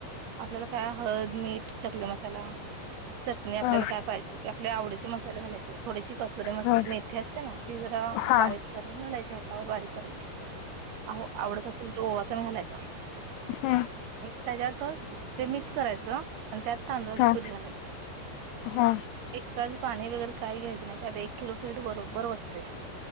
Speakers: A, on the right (about 60°); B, on the left (about 85°).
A: आपल्याला काय हळद मीठ चकली मसाला चटणी आपल्याला
B: हा
A: काय पाहिजे त्या आवडीचे मसासेलेायचे होते थोडीशी कसुरी मस्
B: हा
A: मेथी असते ना ती जरा
B: हा
A: बारीक करून घालायची हातावर बारीक करायची अो आवडत असेल तर गवाातण घालायच.
B: हम.
A: त्याच्यातच ते मिक्स करायचं आणि त्यात तांदळाचं
B: हा
A: पीठ घालायचं
B: हा
A: एक्स्ट्राच पाणी वगैरे काही घ्यायचं नाही आत एक किलो पीठ बरोबर बसते